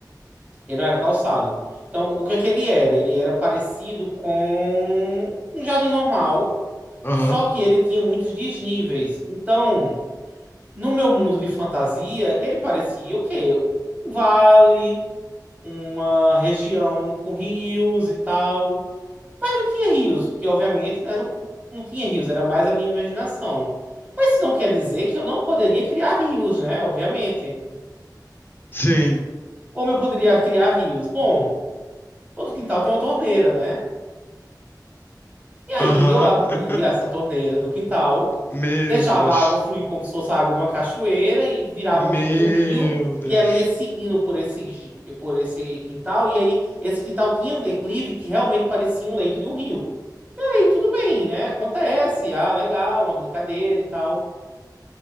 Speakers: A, on the right; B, on the left.
A: Ele não era calçado. Então, o que é que ele era? Ele era parecido com um jardim normal,
B: Aham.
A: só que ele tinha muitos desníveis. Então, no meu mundo de fantasia, ele parecia o quê? Um vale, uma região com rios e tal. Mas não tinha rios, porque obviamente, né, não, não tinha rios, era mais a minha imaginação. Mas isso não quer dizer que eu não poderia criar rios, né? Obviamente.
B: Sim.
A: Como eu poderia criar rios? Bom, todo quintal tem uma torneira, né? E aí
B: Aham.
A: eu abria
B: <laughs>
A: essa torneira do quintal,
B: Meu
A: deixava
B: Deus.
A: a água fluir como se fosse a água de uma cachoeira e virava
B: Meu
A: meio que um rio.
B: Deus.
A: E ela ia seguindo por esse, por esse quintal. E aí esse quintal tinha um declive que realmente parecia um leito de um rio. E aí tudo bem, né? Acontece. Ah, legal, uma brincadeira e tal.